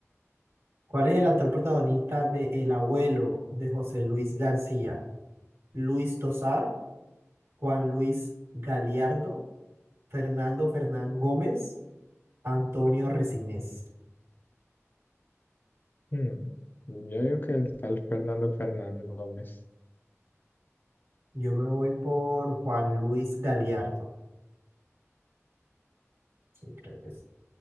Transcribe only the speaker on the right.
¿Cuál es el actor protagonista de El abuelo de José Luis García? Luis Tosar, Juan Luis Galiardo, Fernando Fernán Gómez, Antonio Resinés.
Yo me voy por Juan Luis Galiardo. Sí, creo que es.